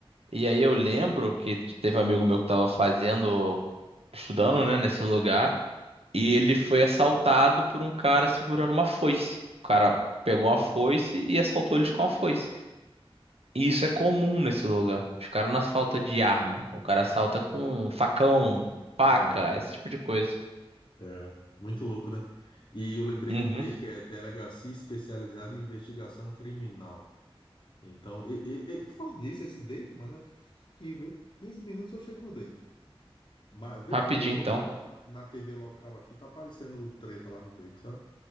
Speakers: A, on the right; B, on the left.
A: E aí eu lembro que teve um amigo meu que tava fazendo, estudando, né, nesse lugar, e
B: hum.
A: ele foi assaltado por um cara segurando uma foice. O cara pegou uma foice e assaltou eles com a foice. E isso é comum nesse lugar. Os caras não assaltam de arma. O cara assalta com facão, faca,
B: É,
A: esse tipo de coisa.
B: é. Muito louco, né? E eu lembrei
A: Uhum.
B: que DEI, que é Delegacia Especializada em Investigação Criminal. Então, e, e, e, por falar nisso, esse DEIC, mano, é até aqui, viu? 15 minutos eu chego no DEIC. Mas, vez
A: Rapidinho
B: por outra,
A: então.
B: na, na TV local aqui, tá aparecendo treta lá no DEIC, sabe?